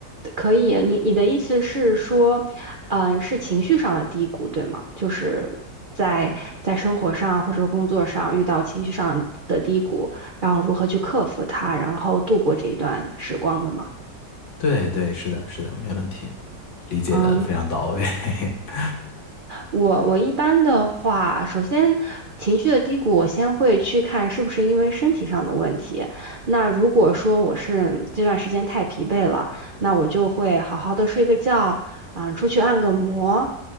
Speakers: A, on the right (about 75°); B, on the left (about 85°).
A: 可以，你你的意思是说，嗯，是情绪上的低谷，对吗？就是在在生活上或者工作上遇到情绪上的低谷，然后如何去克服它，然后度过这一段时光的吗？
B: 对对，是的，是的，没问题，理解的非常到位。
A: 嗯。
B: <laughs>
A: 我我一般的话，首先情绪的低谷，我先会去看是不是因为身体上的问题。那如果说我是这段时间太疲惫了，那我就会好好的睡个觉，啊、出去按个摩。